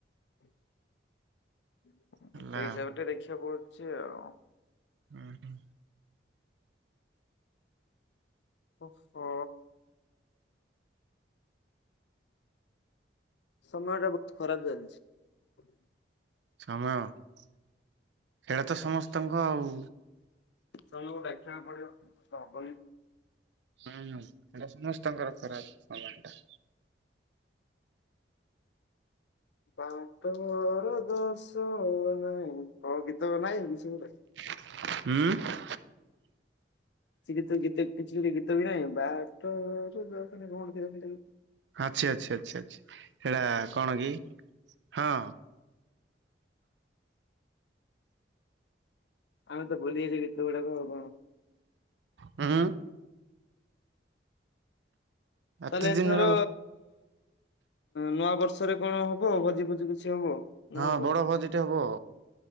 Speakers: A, on the left; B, on the right.
A: ସେଇ
B: ହେଲା
A: ହିସାବରେ
B: ଆଉ
A: ଟିକେ ଦେଖିବାକୁ ପଡୁଛି ଆଉ
B: ହୁଁ।
A: ଓହୋ। ସମୟଟା ବହୁତ ଖରାପ ଚାଲିଛି।
B: ସମୟ ସେଇଟା ତ ସମସ୍ତଙ୍କ ଆଉ
A: ସମୟକୁ ଦେଖିବାକୁ ପଡିବ ହବନି।
B: ହୁଁ ହଁ ସେଇଟା ସମସ୍ତଙ୍କର ଖରାପ ସମୟଟା।
A: ବାଟ ମୋର ଦୋଷ ନାଇଁ କ ଗୀତ ନାଇଁ କି ସେ ଗୋଟେ।
B: ହୁଁ।
A: କି ଗୀତ ଗୀତ କିଛି ଗୀତ ବି ନାହିଁ ବାଟ ମୋର ଦୋଷ ନାଇ <inaudible>
B: ଆଛା ଆଛା ଆଛା ସେଟା କଣ କି ହଁ।
A: ଆଉ ତ ଭୁଲି ଯାଇଛି ଗୀତ ଗୁଡାକ ଆଉ କଣ?
B: ହାଁ। ଏତେ
A: ତାହେଲେ
B: ଦିନର
A: ଏଥର ନୂଆ ବର୍ଷରେ କଣ ହବ ଭୋଜି ଫୋଜି କିଛି ହବ? ନା
B: ହଁ
A: ହବନି?
B: ବଡ ଭୋଜିଟେ ହବ।